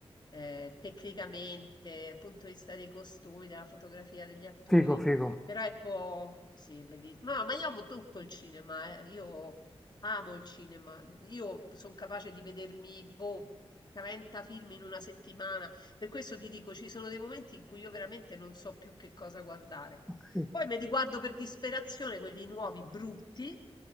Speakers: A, on the left; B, in the centre.
A: Eh, tecnicamente, dal punto di vista dei costumi, della fotografia degli attori,
B: Figo, figo.
A: però ecco, sì, bellissimo. Ma, ma io amo tutto il cinema, eh, Io Amo il cinema. Io sono capace di vedermi, boh, 30 film in una settimana. Per questo ti dico, ci sono dei momenti in cui io veramente non so più che cosa guardare.
B: Ok,
A: Poi mi riguardo per disperazione quelli nuovi, brutti,